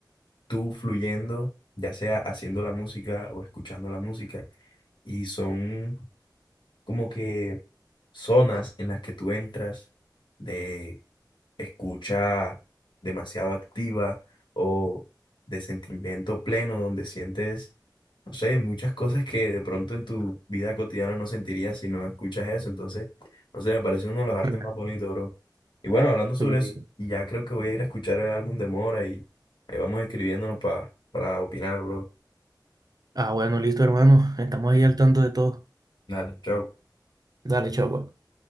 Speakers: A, on the left (about 80°); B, on the right (about 55°).
A: tú fluyendo, ya sea haciendo la música o escuchando la música y son como que zonas en las que tú entras de escucha demasiado activa o de sentimiento pleno, donde sientes, no sé, muchas cosas que de pronto en tu vida cotidiana no sentirías si no escuchas eso. Entonces, no sé, me parece uno de los artes
B: <laughs>
A: más bonitos, bro. Y bueno, hablando sobre
B: Sí.
A: eso, ya creo que voy a ir a escuchar el álbum de Mora y ahí vamos escribiéndonos pa- para opinar, bro.
B: Ah, bueno, listo, hermano. Estamos ahí al tanto de todo.
A: Dale, chao.
B: Dale, chao. pues.